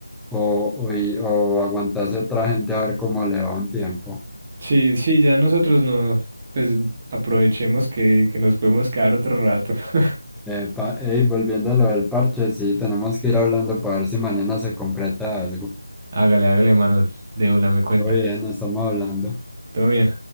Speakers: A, in the centre; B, on the right.
A: o, o, y- o aguantarse a otra gente a ver cómo le va un tiempo.
B: Sí, sí, ya nosotros no, pues aprovechemos que, que nos podemos quedar otro rato. <laughs>
A: Epa, ey, volviendo a lo del parche, sí, tenemos que ir hablando para ver si mañana se concreta algo.
B: Hágale, hágale, manos. De una me cuenta.
A: Oye, no estamos hablando.
B: Todo bien.